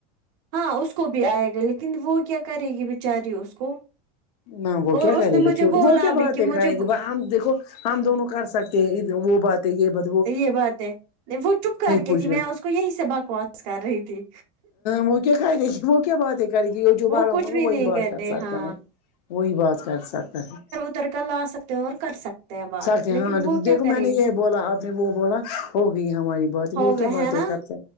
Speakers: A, on the right; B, on the left.
A: ہاں اس کو بھی آئے گا لیکن وہ کیا کرے گی بیچاری اس کو
B: نہ وہ
A: اور
B: کیا
A: اس
B: کرے
A: نے
B: گا
A: مجھے
B: چوٹ
A: بولا
B: وہ کیا بات
A: بھی کہ
B: ہے
A: مجھے
B: کرے گی ب ہم دیکھو ہم دونوں کر سکتے ہیں وہ بات ہے یہ ب
A: یہ بات ہے وہ چپ کر کے
B: کچھ
A: تھی میں اس کو یہی سے بکواس کر رہی تھی
B: وہ کیا کر دے گی وہ کیا بات ہے کرے گی وہ جوبارہ
A: کچھ
B: ہوگا
A: بھی
B: وہی
A: نہیں
B: بات
A: کرتے
B: کر سکتا
A: ہاں
B: ہے وہی بات کر سکتا ہے
A: ترکا لا سکتے ہو اور کر سکتے ہیں بات
B: سکتے
A: لیکن
B: ہاں
A: وہ کیا
B: دیکھو
A: کرے
B: میں نے یہ بولا آپ نے وہ بولا ہوگئی ہماری بات
A: ہو
B: وہ کیا
A: گئے
B: بات
A: نا
B: ہے کرتا